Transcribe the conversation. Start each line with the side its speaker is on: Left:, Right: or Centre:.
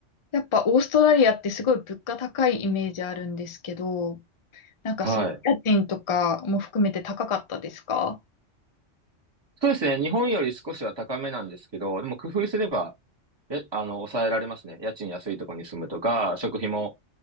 Left: やっぱオーストラリアってすごい物価高いイメージあるんですけど、なんかそういう家賃とかも含めて高かったですか
Right: はい。そうですね。日本より少しは高めなんですけど、でも工夫すれば、や、あの、抑えられますね。家賃安いところに住むとか、食費も